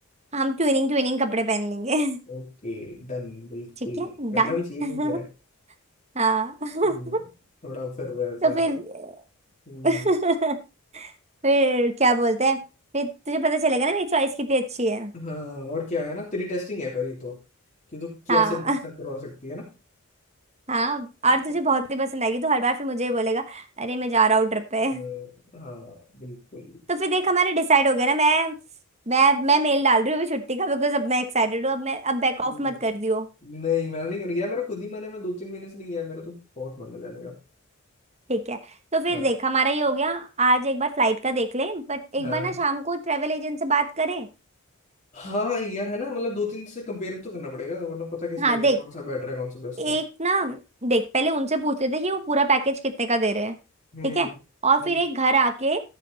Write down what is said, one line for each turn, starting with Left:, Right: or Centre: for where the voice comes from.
Right: हम ट्विनिंग ट्विनिंग कपड़े पहन लेंगे <laughs>
Left: ओके डन बिल्कुल
Right: ठीक है
Left: करना
Right: डन
Left: भी चाहिए
Right: <laughs>
Left: क्यों करे
Right: हाँ <laughs>
Left: हम्म, थोड़ा फिर वैसा
Right: तो फिर
Left: हम्म
Right: <laughs> फिर क्या बोलते हैं फिर तुझे पता चलेगा ना मेरी चॉइस कितनी अच्छी है
Left: हाँ और क्या है ना तेरी टेस्टिंग है फिर ये तो कि तू क्या
Right: हाँ
Left: से ड्रेसअप करवा सकती है
Right: हाँ और तुझे
Left: ना
Right: बहुत ही पसंद आएगी तो हर बार फिर मुझे ही बोलेगा अरे मैं जा रहा हूँ ट्रिप पे
Left: अ,
Right: <laughs>
Left: हाँ बिल्कुल
Right: तो फिर देख हमारा डिसाइड हो गया ना मैं मैं मैं मेल डाल रही हूँ अभी छुट्टी का बिकॉज अब मैं एक्साइटेड हूँ अब मैं अब बैक
Left: हम्म,
Right: ऑफ मत कर दियो
Left: नहीं मैंने नहीं कर गया मेरा खुद ही मन है मैं दो तीन महीने से नहीं गया मेरा तो बहुत मन है जाने का
Right: ठीक है तो फिर
Left: हाँ
Right: देख हमारा ये हो गया आज एक बार फ्लाइट का देख ले बट एक
Left: हाँ
Right: बार ना शाम को ट्रेवल एजेंट से बात करें
Left: हाँ यार है ना मतलब दो तीन से कंपेयर भी तो करना पड़ेगा वरना पता कैसे
Right: हाँ
Left: लगेगा
Right: देख
Left: कौन सा बेटर है कौन सा बेस्ट
Right: एक
Left: है
Right: ना देख पहले उनसे पूछ लेते हैं कि वो पूरा पैकेज कितने का दे रहे हैं
Left: हम्म
Right: ठीक है और
Left: हम्म
Right: फिर एक घर आके